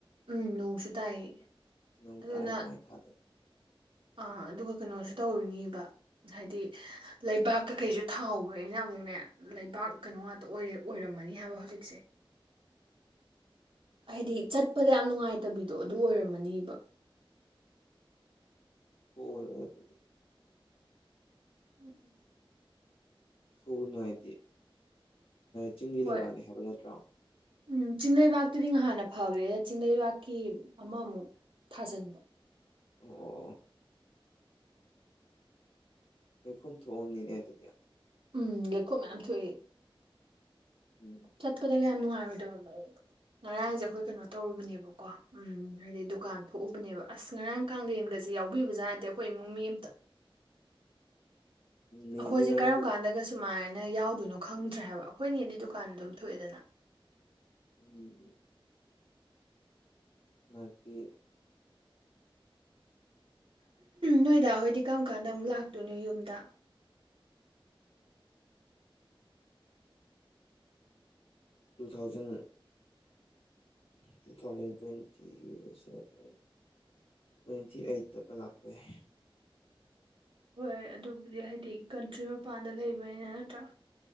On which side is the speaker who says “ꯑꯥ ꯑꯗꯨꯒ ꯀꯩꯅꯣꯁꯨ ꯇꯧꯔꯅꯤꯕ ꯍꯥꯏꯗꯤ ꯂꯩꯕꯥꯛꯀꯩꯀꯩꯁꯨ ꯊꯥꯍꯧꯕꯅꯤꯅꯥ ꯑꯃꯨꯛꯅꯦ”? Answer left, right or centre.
Right